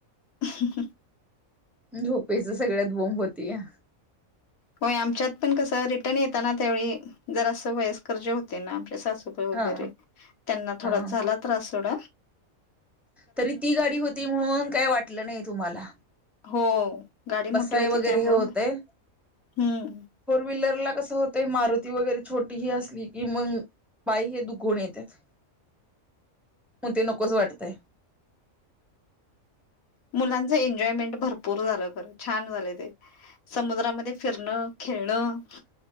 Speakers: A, on the left; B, in the centre.
A: ह
B: झोपेचा सगळ्यात बोंब होते या
A: हो आमच्यात पण कसं रिटर्न येताना त्यावेळी जर असं वयस् कर्जे होते ना आमच्या सासू वरे
B: हा
A: त्यांना थोडा
B: हा
A: झाला तास होड
B: तरी ती गाडी होती म्हणून काय वाटलं नाही तुम्हाला
A: हो गाडी
B: बसाय
A: मोठी होती
B: वगैरे
A: त्यामुळं
B: हे होतय
A: हम्म
B: फोर व्हीलरला कसं होतंय मारुती वगैरे छोटी ही असली की मग बाई हे दुखून येतात मण ते नकोच वाटतय
A: मुलांचं एन्जॉयमेंट भरपूर झालं खरं छान झालं ते समुद्रामध्ये फिरणं खेळणं